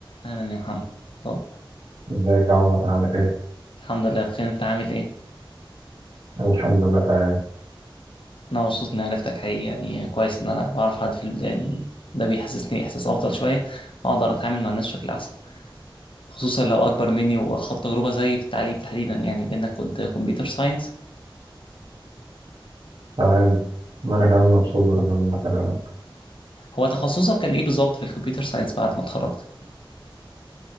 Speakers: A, on the left (about 70°); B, on the right (about 60°).
A: أهلا يا محمد اتفضل
B: ازيك يا عمر عامل ايه؟
A: الحمد لله بخير أنت عامل إيه؟
B: الحمد لله تمام
A: أنا مبسوط إني عرفتك حقيقي يعني كويس إن أنا بعرف حد في البداية ده بيحسسني إحساس أفضل شوية وأقدر أتعامل مع الناس بشكل أحسن خصوصا لو أكبر مني وخد تجربة زيي في التعليم تحديدا يعني بإنك كنت كمبيوتر ساينس
B: تمام وانا كمان مبسوط برضه اني بكلمك
A: هو تخصصك كان إيه بالظبط في الكمبيوتر ساينس بعد ما اتخرجت؟